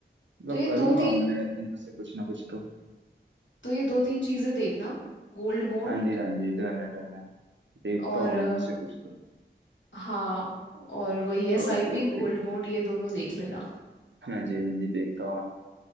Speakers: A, on the right (about 75°); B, on the left (about 85°).
A: मतलब
B: तो ये
A: करूंगा
B: दो तीन
A: अब मैं इनमें से कुछ ना कुछ तो
B: तो ये दो तीन चीजें देखना गोल्ड बॉन्ड
A: हाँ जी हाँ जी डन है डन है देखता
B: और
A: हूँ
B: अ,
A: इनमें से कुछ तो
B: हाँ और वही S
A: Okay
B: I P
A: okay
B: gold bond ये दोनों देख लेना
A: हाँ जी हाँ जी देखता हूँ